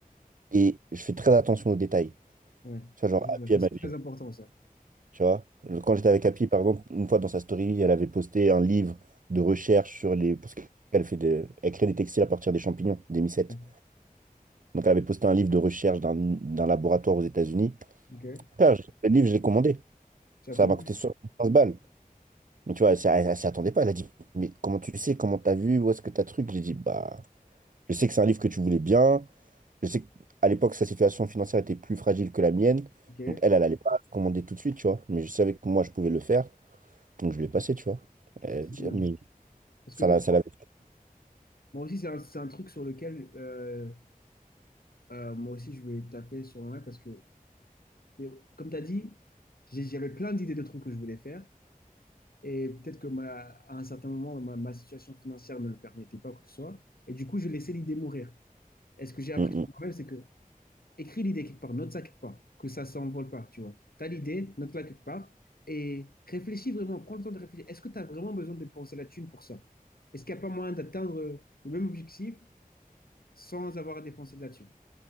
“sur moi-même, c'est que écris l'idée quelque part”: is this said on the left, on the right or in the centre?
Left